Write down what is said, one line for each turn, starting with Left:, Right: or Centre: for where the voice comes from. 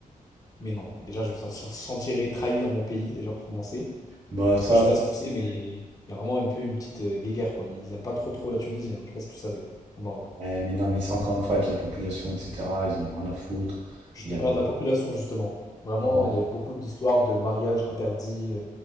Left: mais non, déjà je me sens- sentirais trahir mon pays, déjà pour commencer.
Right: Bah
Left: Parce
Right: ça,
Left: que je sais pas si tu sais, mais il y a vraiment un peu une petite euh, guéguerre, quoi. Ils aiment pas trop trop la Tunisie, hein. Je sais pas si tu savais, au Maroc.
Right: Ouais, mais non, mais c'est encore une fois avec la population, etc. Ils en ont rien à foutre.
Left: Je
Right: Il
Left: te
Right: y a...
Left: parle de la population, justement. Vraiment,
Right: Bon.
Left: il
Right: Ouais.
Left: y a eu beaucoup d'histoires de mariages interdits euh,